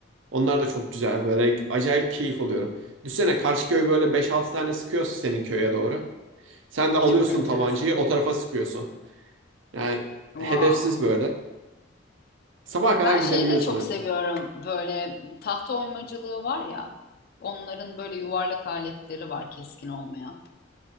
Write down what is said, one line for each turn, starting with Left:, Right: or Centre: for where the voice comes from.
Right: Onlar da çok güzel böyle acayip keyif alıyorum. Düşsene karşı köy böyle beş altı tane sıkıyorsun senin köye doğru. Sen de
Left: E,
Right: alıyorsun
Left: Çok enteresan.
Right: tabancayı o tarafa sıkıyorsun. Yani
Left: Wow.
Right: hedefsiz böyle. Sabaha kadar
Left: Ben
Right: gidebiliyorsun
Left: şeyi de çok
Right: öyle.
Left: seviyorum. Böyle tahta oymacılığı var ya. Onların böyle yuvarlak aletleri var keskin olmayan.